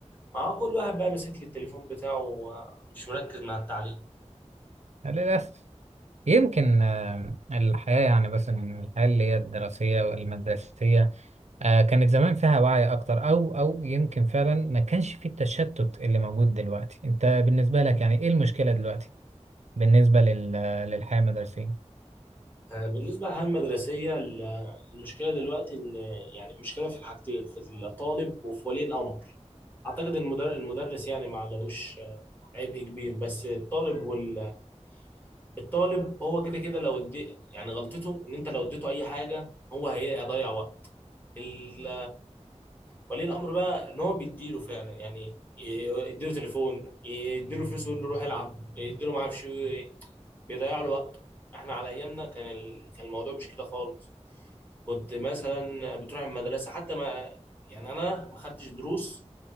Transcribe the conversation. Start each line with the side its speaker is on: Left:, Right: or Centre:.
Left: ما هو كل واحد بقى ماسك التليفون بتاعه ومش مركز مع التعليم
Right: للاسف يمكن آه، الحياه يعني بس إن الحياه اللي هي الدراسيه والمدرسيه آه، كانت زمان فيها وعي اكتر او او يمكن فعلا ما كانش في التشتت اللي موجود دلوقتي انت بالنسبه لك يعني ايه المشكله دلوقتي بالنسبه لل- للحياه المدرسيه
Left: آه، بالنسبة للحياة المدرسية ال- المشكلة دلوقتي إن يعني مشكلة في الحاجتين في الطالب وفي ولي الأمر أعتقد إن المدر- المدرس يعني ما عليهوش عبء كبير بس الطالب وال... الطالب هو كده كده لو ادي يعني غلطته إن أنت لو اديته أي حاجة هو هي- هيضيع وقت ال... ولي الأمر بقى إن هو بيديله فعلا يعني ي- يديله تليفون يديله فلوس ويقول له روح العب يديله ما أعرفش إيه، بيضيع له وقته إحنا على أيامنا كان ال... كان الموضوع مش كده خالص كنت مثلا بتروح المدرسه حتى ما يعني انا ما خدتش دروس